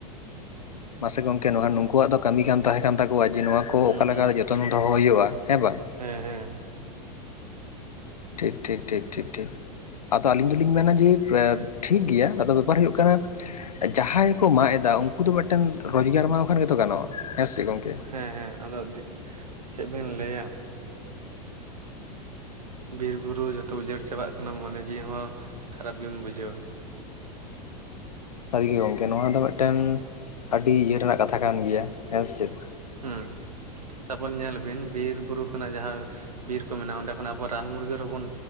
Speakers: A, on the left; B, on the right.
A: ᱢᱟᱥᱮ ᱜᱚᱢᱠᱮ ᱱᱚᱣᱟ ᱱᱩᱠᱩᱣᱟᱜ ᱫᱚ ᱠᱟᱹᱢᱤ ᱠᱟᱱ ᱛᱟᱦᱮᱸ ᱠᱟᱱ ᱛᱟᱠᱚᱣᱟ ᱡᱮ ᱱᱚᱣᱟ ᱠᱚ
B: ᱦᱩᱸ
A: ᱚᱠᱟᱞᱮᱠᱟ
B: ᱦᱩᱸ
A: ᱨᱮ ᱡᱚᱛᱚ ᱡᱚᱛᱚᱱ ᱫᱚᱦᱚ ᱦᱩᱭᱩᱜᱼᱟ ᱦᱮᱸ ᱵᱟᱝ
B: ᱦᱮᱸ ᱦᱮᱸ
A: ᱴᱷᱤᱠ ᱴᱷᱤᱠ ᱴᱷᱤᱠ ᱴᱷᱤᱠ ᱴᱷᱤᱠ ᱟᱫᱚ ᱟᱞᱤᱧ ᱫᱚᱞᱤᱧ ᱢᱮᱱᱟ ᱡᱮ ᱴᱷᱤᱠ ᱜᱮᱭᱟ ᱟᱫᱚ ᱵᱮᱯᱟᱨ ᱦᱩᱭᱩᱜ ᱠᱟᱱᱟ ᱡᱟᱦᱟᱸᱭ ᱠᱚ ᱢᱟᱜ ᱮᱫᱟ ᱩᱱᱠᱩ ᱫᱚ ᱢᱤᱫᱴᱮᱱ ᱨᱳᱡᱽᱜᱟᱨ ᱮᱢᱟᱣᱟᱫ ᱠᱚᱠᱷᱟᱱ ᱜᱮ ᱛᱚ ᱜᱟᱱᱚᱜᱼᱟ ᱦᱮᱸᱥᱮ ᱜᱚᱝᱠᱮ
B: ᱦᱮᱸ ᱦᱮᱸ ᱟᱫᱚ ᱪᱮᱫ ᱵᱤᱱ ᱞᱟᱹᱭᱟ ᱵᱤᱨ ᱵᱩᱨᱩ ᱡᱷᱚᱛᱚ ᱩᱡᱟᱹᱲ ᱪᱟᱵᱟᱜ ᱠᱟᱱᱟ ᱢᱚᱱᱮ ᱡᱤᱣᱤ ᱦᱚᱸ ᱠᱷᱟᱨᱟᱯ ᱜᱮ ᱵᱤᱱ ᱵᱩᱡᱷᱟᱹᱣᱟ
A: ᱥᱟᱹᱨᱤ ᱜᱮ ᱜᱚᱢᱠᱮ ᱱᱚᱣᱟ ᱫᱚ ᱢᱤᱫᱴᱮᱱ ᱟᱹᱰᱤ ᱤᱭᱟᱹ ᱨᱮᱱᱟᱜ ᱠᱟᱛᱷᱟ ᱠᱟᱱ ᱜᱮᱭᱟ ᱦᱮᱸ ᱪᱮᱫ
B: ᱦᱮᱸ ᱛᱟᱨ ᱯᱚᱨᱮ ᱧᱮᱞ ᱵᱤᱱ ᱵᱤᱨ ᱵᱩᱨᱩ ᱠᱷᱚᱱᱟᱜ ᱡᱟᱦᱟᱸ ᱵᱤᱨ ᱠᱚ ᱢᱮᱱᱟᱜᱼᱟ ᱚᱸᱰᱮ ᱠᱷᱚᱱ ᱟᱵᱚ ᱨᱟᱱ ᱢᱩᱨᱜᱟᱹᱱ ᱨᱮᱵᱚᱱ